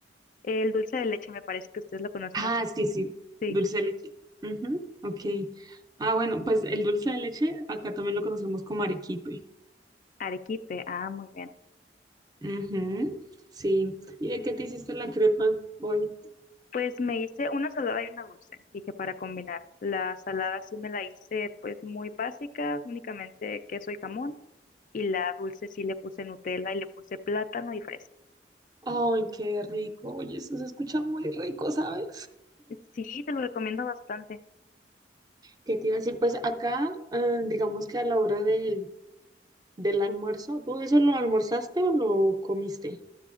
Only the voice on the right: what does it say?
Ah,
sí, sí,
dulce de leche. Ujú, ok. Ah, bueno, pues el dulce de leche acá también lo conocemos como arequipe.
Ujú, sí. ¿Y de qué te hiciste la crepa hoy?
Ay, qué rico. Oye, eso se escucha muy rico, ¿sabes?
¿Qué te iba a decir? Pues acá, eh, digamos que a la hora del del almuerzo, ¿tú eso lo almorzaste o lo comiste?